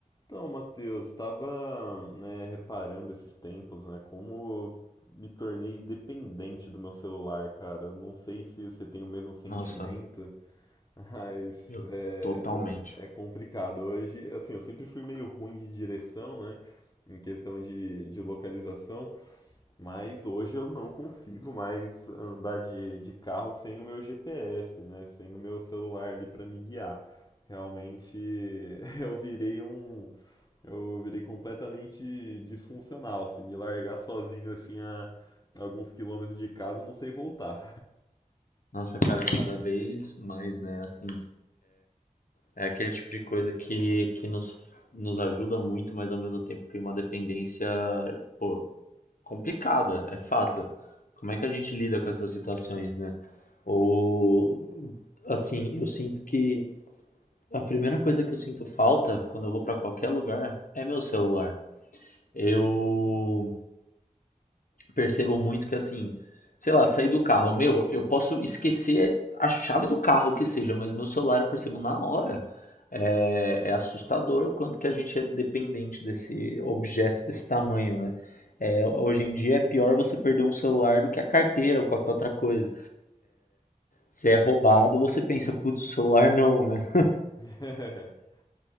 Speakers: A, on the left (about 30°); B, on the left (about 80°).
A: Então, Matheus, estava, né, reparando esses tempos, né, como eu me tornei dependente do meu celular, cara. Não sei se você tem o mesmo sentimento,
B: Nossa,
A: <laughs> mas
B: eu
A: é,
B: totalmente.
A: é complicado. Hoje, assim, eu sempre fui meio ruim de direção, né, em questão de, de localização, mas hoje eu não consigo mais andar de, de carro sem o meu GPS, né, sem o meu celular ali para me guiar. Realmente <laughs> eu virei um eu virei completamente disfuncional. Se me largar sozinho assim a alguns quilômetros de casa, eu não sei voltar.
B: Nossa, cara, cada vez mais, né? Assim, é aquele tipo de coisa que, que nos, nos ajuda muito, mas ao mesmo tempo tem uma dependência, pô, complicada, é fato. Como é que a gente lida com essas situações, né? Ou, assim, eu sinto que a primeira coisa que eu sinto falta quando eu vou pra qualquer lugar é meu celular. Eu percebo muito que assim, sei lá, sair do carro, meu, eu posso esquecer a chave do carro que seja, mas meu celular eu percebo na hora. É, é assustador o quanto que a gente é dependente desse objeto desse tamanho, né? É, hoje em dia é pior você perder um celular do que a carteira ou qualquer outra coisa. Se é roubado, você pensa, putz, o celular não, né?
A: <laughs>